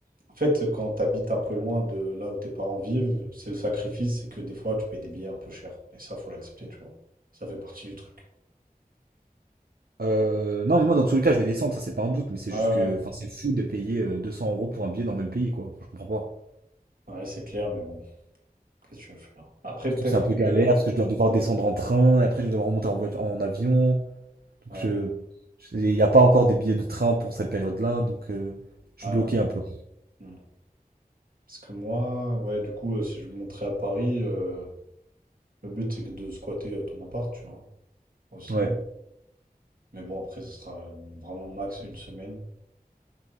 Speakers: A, on the right; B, on the right.
A: En fait, quand tu habites un peu loin de là où tes parents vivent, c'est le sacrifice, c'est que des fois, tu payes des billets un peu chers. Et ça, faut l'accepter, tu vois. Ça fait partie du truc.
B: Euh, non, mais moi, dans tous les cas, je vais descendre, ça, c'est pas un doute, mais c'est
A: Ouais,
B: juste que,
A: ouais.
B: enfin, c'est fou de payer euh, 200 euros pour un billet dans le même pays, quoi. Enfin, je comprends pas.
A: Ouais, c'est clair, mais bon, qu'est-ce que tu veux faire? Après,
B: Surtout
A: peut-être
B: que c'est un peu galère,
A: que...
B: parce que je dois devoir descendre en train, et après, je vais devoir remonter en voiture, en avion. Donc,
A: Ouais,
B: je, je- il n'y a pas encore des billets de train pour cette période-là, donc, euh, je
A: ouais,
B: suis bloqué
A: ouais.
B: un peu.
A: Mm. Parce que moi, ouais, du coup, euh, si je me montrais à Paris, euh, le but, c'est que de squatter euh, ton appart, tu vois, aussi.
B: Ouais.
A: Mais bon, après, ce sera euh, vraiment max une semaine.